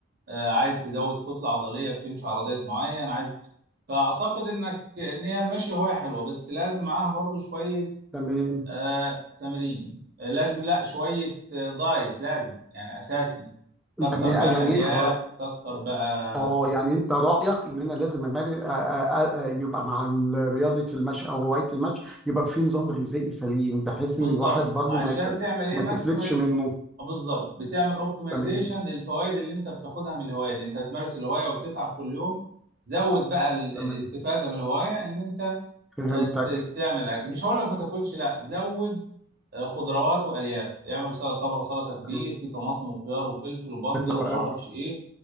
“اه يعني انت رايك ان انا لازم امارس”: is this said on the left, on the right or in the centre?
Centre